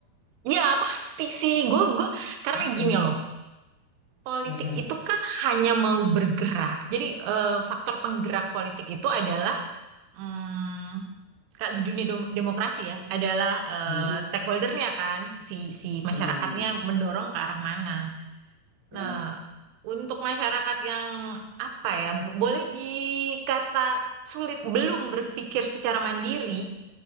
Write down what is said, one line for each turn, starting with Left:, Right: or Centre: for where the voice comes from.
Right: Ya, pasti sih. Gue, gue karena
Left: Mm-mm.
Right: gini loh. Politik
Left: Mm-mm.
Right: itu kan hanya mau bergerak. Jadi eh, faktor penggerak politik itu adalah hmm, kalau di dunia dem- demokrasi ya, adalah eh,
Left: Mm-mm.
Right: stakeholdernya kan, si si masyarakatnya
Left: Mm-mm.
Right: mendorong ke arah mana.
Left: Ya,
Right: Nah, untuk masyarakat yang apa ya, boleh dikata sulit belum berpikir secara mandiri